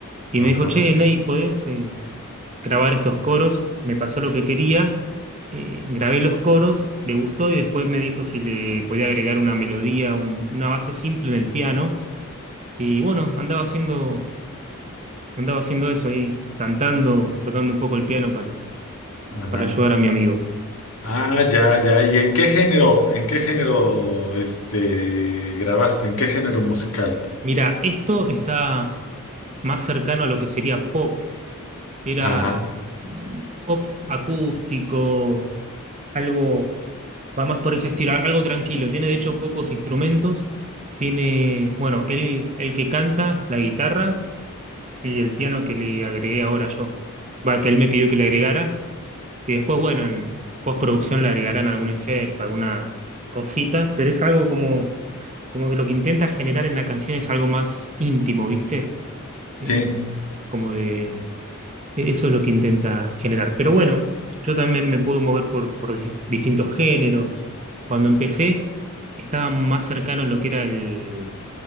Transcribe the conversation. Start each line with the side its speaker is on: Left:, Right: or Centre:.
Right: Y
Left: Ajá,
Right: me dijo, che, Ney, ¿podés, eh, grabar estos coros, me pasó lo que quería, eh, grabé los coros, le gustó y después me dijo si le podía agregar una melodía, un- una base simple en el piano. Y bueno, andaba haciendo, andaba haciendo eso ahí, cantando, tocando un poco el piano para,
Left: ajá.
Right: para ayudar a mi amigo.
Left: Ah, ya, ya. ¿Y en qué género, en qué género, este, grabaste? ¿En qué género musical?
Right: Mira, esto está más cercano a lo que sería pop, era
Left: Ajá.
Right: un pop acústico, algo va más por ese estilo, algo tranquilo. Tiene de hecho pocos instrumentos. Tiene, bueno, él, el que canta, la guitarra y el piano que le agregué ahora yo. Va, que él me pidió que le agregara. Y después, bueno, en postproducción le agregarán algún efecto, alguna cosita, pero es algo como, como que lo que intenta generar en la canción es algo más íntimo, ¿viste?
Left: Sí,
Right: Eh, como de e- Eso es lo que intenta generar. Pero bueno, yo también me puedo mover por, por dis- distintos géneros. Cuando empecé, estaba más cercano a lo que era el,